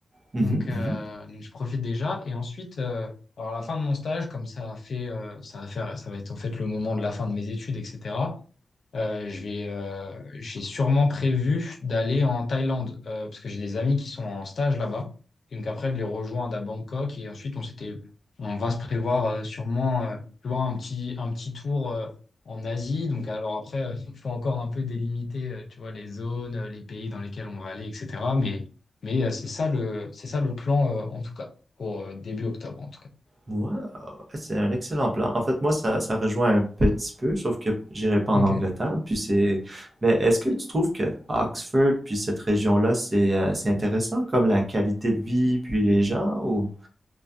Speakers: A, on the right; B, on the left.
A: Mhm,
B: Donc,
A: mhm.
B: euh, donc je profite déjà. Et ensuite, euh, alors, à la fin de mon stage, comme ça a fait, euh, ça va faire, ça va être en fait le moment de la fin de mes études, etc. Euh, je vais, euh, j'ai sûrement prévu d'aller en Thaïlande euh, parce que j'ai des amis qui sont en stage là-bas. Et donc après, de les rejoindre à Bangkok et ensuite on s'était, on va se prévoir euh, sûrement, euh, tu vois, un petit, un petit tour euh, en Asie. Donc alors après, il <laughs> faut encore un peu délimiter, euh, tu vois, les zones, euh, les pays dans lesquels on va aller, etc. Mais, mais euh, c'est ça le, c'est ça le plan euh, en tout cas pour euh, début octobre en tout cas.
A: Wow! Eh, C'est un excellent plan. En fait, moi, ça, ça rejoint un petit peu, sauf que j'irai pas en
B: Ok.
A: Angleterre, puis c'est... Mais est-ce que tu trouves que Oxford, puis cette région-là, c'est euh, c'est intéressant, comme la qualité de vie, puis les gens, ou...